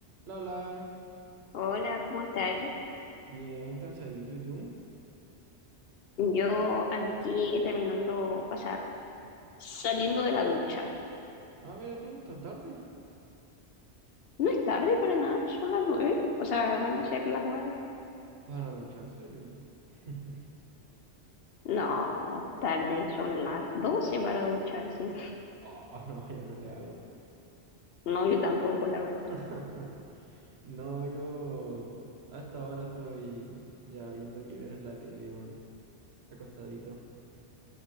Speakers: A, on the right; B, on the left.
A: La,
B: Hola, ¿cómo estás?
A: bien cansadito, ¿y tú?
B: Yo aquí terminando, o sea, saliendo de la ducha.
A: Ah, mira tú, tan tarde.
B: No es tarde para nada, son las nueve. O sea, van a ser las nueve.
A: Para ducharse yo. <laughs>
B: No, tarde, son las doce para ducharse.
A: Oh, no, yo no le hago.
B: No, yo tampoco, la verdad.
A: <laughs> No, yo hasta ahora estoy ya viendo que ver en la tele, weón. Acostadito.